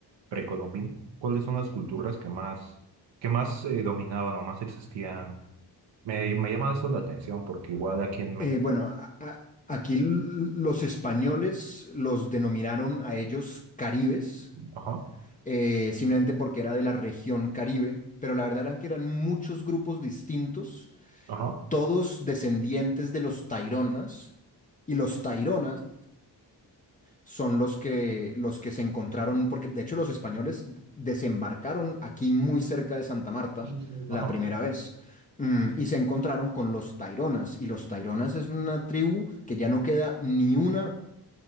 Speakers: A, on the right; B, on the left.
A: precolombina? ¿Cuáles son las culturas que más, que más eh, dominaban o más existían? Me, me llama eso la atención porque igual aquí en México.
B: Eh, bueno, a- a- aquí l- los españoles los denominaron a ellos caribes,
A: Ajá,
B: eh, simplemente porque era de la región Caribe, pero la verdad eran que eran muchos grupos distintos,
A: ajá,
B: todos descendientes de los Taironas, y los Taironas son los que, los que se encontraron, porque de hecho los españoles desembarcaron aquí muy cerca de Santa Marta
A: ajá.
B: la primera vez. mm, Y se encontraron con los Taironas. Y los Taironas es una tribu que ya no queda ni una